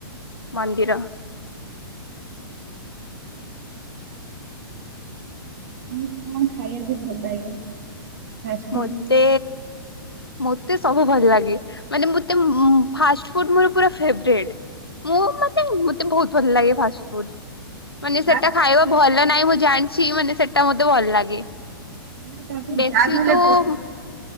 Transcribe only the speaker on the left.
ମନ୍ଦିର।
ମୋତେ ମତେ ସବୁ ଭଲ ଲାଗେ ମାନେ ମତେ ଫାଷ୍ଟ ଫୁଟ୍ ଫେ ବ୍ରେଟ। ମୁଁ ମତେ ମତେ ବହୁତ ଭଲ ଲାଗେ ଫାଷ୍ଟଫୁଟ୍। ମାନେ ସେଟା
ଖାଇବା
ଭଲ ନାହିଁ ମୁଁ ଜାଣିଛି ମାନେ ସେଟା ମତେ ଭଲ ଲାଗେ।
ବେଶୀ
ତ